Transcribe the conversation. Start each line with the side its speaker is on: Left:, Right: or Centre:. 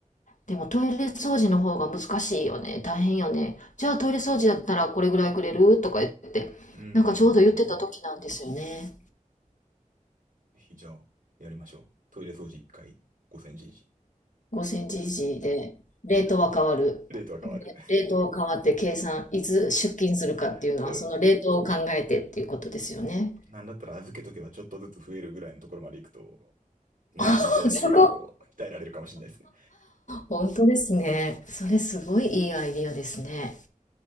Left: でもトイレ掃除の方が難しいよね。大変よね。じゃあトイレ掃除だったらこれぐらいくれるとか言って、
Right: うんうんうんう
Left: なんかちょうど言ってた時なんですよね。
Right: んうん。ぜひじゃあ、やりましょう。トイレ掃除1回5000時
Left: 5センチ以上で、レートは変わる。
Right: レートは変わる。
Left: レートを変わって計算、いつ出勤するかっていうのは、
Right: <laughs> そうですね。
Left: そのレートを考えてっていうことですよね。
Right: なんだったら預けとけばちょっとずつ増えるぐらいのところまで行くと、マネーリテラシーがこう、
Left: <laughs> すごい。
Right: 鍛えられるかもしれないですね。
Left: 本当ですね。それすごいいいアイディアですね。